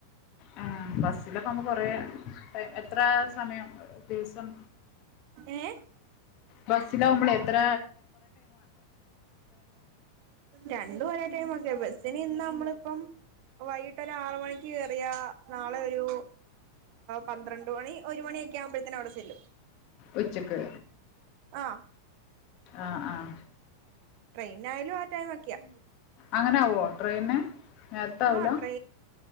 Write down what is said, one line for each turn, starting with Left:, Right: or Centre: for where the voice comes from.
Left: ആ ബസ്സ്ല വുമ്പോ കൊറേ എത്ര സമയം ദിവസം
Right: ഏ
Left: ബസിലാവ്മ്പളെ ത്ര
Right: രണ്ടും ഒരേ ടൈമ് ഒക്കെയാ ബസിന് ഇന്ന് നമ്മള് ഇപ്പം വൈകിട്ട് ഒരു ആറ് മണിക്ക് കേറിയാ നാളെ ഒരു പന്ത്രണ്ട് മണി ഒരു മണിയൊക്കെ ആവുമ്പോഴത്തേന് അവിടെ ചെല്ലും.
Left: ഉച്ചക്ക്
Right: ആ
Left: ആഹ ആഹ
Right: ട്രെയിനായാലും ആ ടൈം ഒക്കെയാ
Left: അങ്ങനെ ആവോ ട്രെയിന് നേരത്തെ ആവൂല
Right: ആഹ് ട്ര